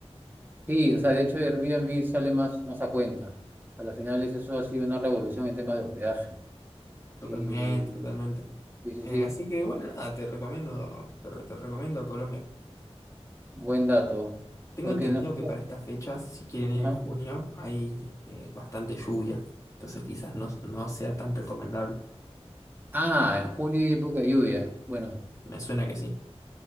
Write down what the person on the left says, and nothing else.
totalmente,
totalmente.
Eh,
así que bueno, nada, te recomiendo, te re- te recomiendo Colombia.
Tengo
entendido
que para estas fechas, si quieren ir
en junio, hay eh, bastante lluvia. Entonces quizás no, no sea tan recomendable.
Me suena que sí.